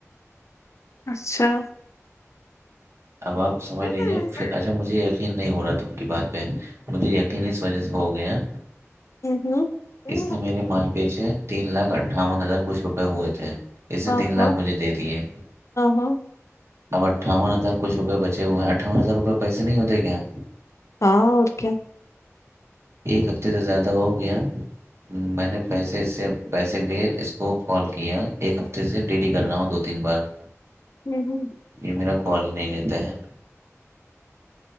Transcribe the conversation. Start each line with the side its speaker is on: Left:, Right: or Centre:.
Left: اچھا
Right: اب آپ سمجھ
Left: ہاں
Right: لیجیے پھر اچھا مجھے ایک نہیں ہو رہا ت کی بات پہ مجھے یقین اس وجہ سے ہو گیا
Left: ہاں ہاں
Right: اس نے میرے مال پیچھے تین لاکھ اٹھاون ہزار کچھ روپے ہوئے تھے اس نے
Left: ہاں
Right: تین لاکھ مجھے دے دیے
Left: ہاں
Right: اب اٹھاون ہزار کچھ روپئے بے ہوئے ہیں اٹھاون ہزار روپئے پیسے نہیں ہوتے کیا
Left: کہاں اور کیا
Right: ایک ہفتے سے زیادہ ہو گیا میں نے پیسے اس سے پیسے کے لیے اس کو کال کیا ایک ہفتے سے ڈیلی کر رہنا ہ دو تین بار <inaudible>
Left: ہوں ہوں
Right: یہ میرا کوال ہی نہیں لیتے ہیں